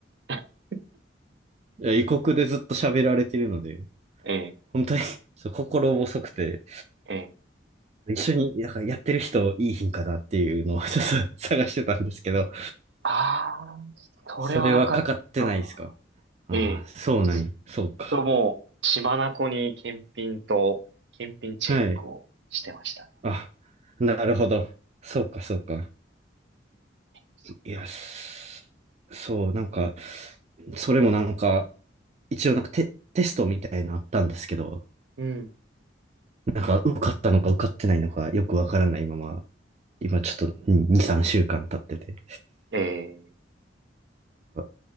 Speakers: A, on the right (about 65°); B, on the right (about 35°).
A: <laughs>
B: いや異国でずっと喋られてるので、
A: ええ、
B: 本当に <laughs> そう心細くて、
A: ええ。
B: 一緒になんかやってる人いい品かなっていうのを <laughs> ちょっと探してたんですけど、
A: ああ、それはなかった。
B: それはかかってないですかああー、
A: ええ、
B: そうなんや。
A: もうずっ
B: そうか。
A: ともう、血眼に検品と、検品チェックをしてましたね。
B: はい。あ、なるほど。そうか、そうか。
A: そっか
B: いや、すそう、なんか、それもなんか、一応なんかテ、テストみたいなのあったんですけど、
A: うん。
B: なんか受かったのか受かってないのかよくわからないまま、今ちょっと2、3週間経ってて、
A: え
B: あ